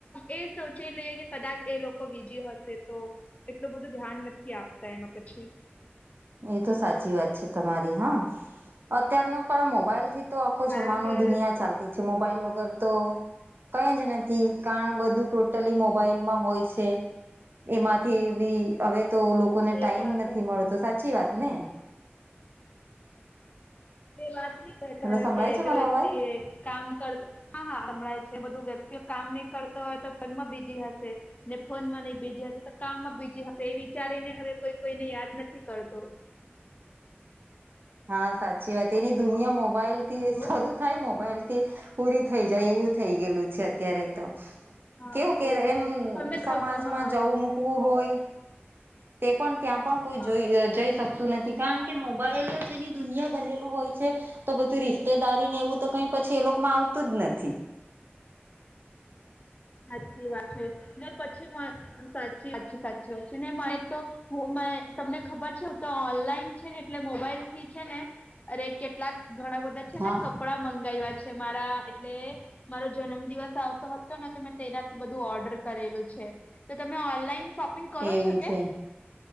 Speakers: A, on the left; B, on the right.
A: એ સોચી લઈએ કે કદાચ એ લોકો બીજી હશે તો એટલું બધું ધ્યાન નથી આપતા એમાં પછી.
B: એ તો સાચી વાત છે તમારી હા. અત્યારનો પણ મોબાઈલ થી તો આખો
A: કારણ
B: જમાનો
A: કે
B: દુનિયા ચાલતી છે મોબાઈલ વગર તો કઈ જ નથી કારણ બધું ટોટલી મોબાઈલમાં હોય છે એમાંથી બી હવે તો લોકોને ટાઈમ
A: એ
B: નથી
A: તો
B: મળતો સાચી વાત ને?
A: એ વાત નહી થ કારણ
B: હલો સંભળાય
A: કે
B: છે
A: જો
B: મારો
A: એક્સી
B: અવાજ
A: એ કામ કર હા હા હ્યમદાય છે બધું વ્યક્તિઓ કામ નહી કરતો હોય તો મનમાં બીજી હશે ને ફોનમાં નહી બીજી હશે તો કામમાં બીજી હશે એ વિચારીને હવે કોઈ કોઈને યાદ નથી કરતો.
B: હા સાચી વાત એની દુનિયા મોબાઈલ થી
A: હલો
B: શરૂ થાય મોબાઈલ
A: હા
B: થી પૂરી થઈ જાય એવું થઈ ગયેલું છે અત્યારે તો.
A: હા
B: કેવું કેરે
A: એવું
B: એમ
A: છે તમને
B: સમાજમાં
A: ખબર હા
B: જવું મૂકવું હોય તે પણ ત્યાં પણ કોઈ
A: હા
B: જોઈ જઈ શક તુ નથી કારણ કે મોબાઈલ જ એની દુનિયા બનેલું હોય છે. તો બધું રિશ્તેદારીને એવું તો કંઈ પછી એ લોકમાં આવતું જ નથી.
A: સાચી વાત છે. ને પછી મેં સાચી વાત છે સાચી વાત છે. ને મારે તો હું મેં તમને ખબર છે. હું તો ઓનલાઈન છેને એટલે મોબાઈલથી છેને અરે કેટલાંક ઘણા બધા છેને
B: હા
A: કપડા મંગાયવા છે. મારા એટલે મારો જન્મ દિવસ આવતો હતો ને એટલે તો મે તેનાથી બધું ઓર્ડર કરેલું છે તો તમે ઓનલાઈન શોપિંગ કરો
B: એવું
A: છો કે?
B: છે